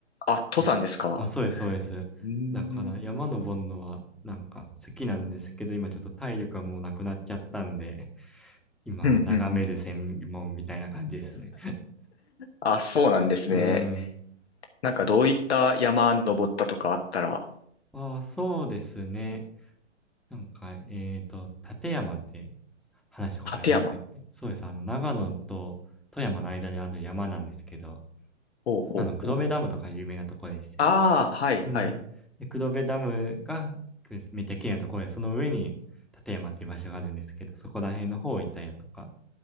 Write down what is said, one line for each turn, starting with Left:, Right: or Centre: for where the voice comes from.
Left: あ、登山ですか
Centre: 結構、あ、そうです、そうです。
Left: うーん
Centre: だから山登るのはなんか好きなんですけど、今ちょっと体力がもうなくなっちゃったんで、今は眺める専門みたいな感じですね。
Left: うんうんうん。あ、そうなんですね。
Centre: <laughs> うん。
Left: なんかどういった山登ったとかあったら
Centre: ああ、そうですね。なんか、えっと、立山って話したことありましたっけそうです。
Left: 立山。
Centre: あの、長野と富山の間にある山なんですけど、
Left: ほうほうほう。
Centre: あの、黒部ダムとか有名なとこでして。
Left: ああ、はい、
Centre: うん。
Left: はい。
Centre: で、黒部ダムがめっちゃ綺麗なところで、その上に立山っていう場所があるんですけど、そこら辺の方行ったりだとか、